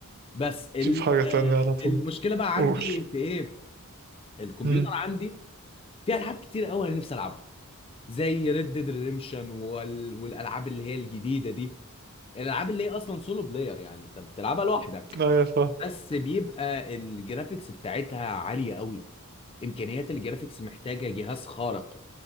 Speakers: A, on the left (about 25°); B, on the right (about 45°).
A: بس ال...
B: شوف حاجة تانية على طول
A: المشكله بقى
B: قول
A: عندي في ايه الكمبيوتر
B: مم.
A: عندي فيه العاب كتير قوي انا نفسي العبها زي ريد ديد ريديمشن والالعاب اللي هي الجديده دي الالعاب اللي هي اصلا سولو بلاير يعني انت بتلعبها لوحدك
B: ايوه فاهم
A: بس بيبقى الجرافيكس بتاعتها عاليه قوي امكانيات الجرافيكس محتاجه جهاز خارق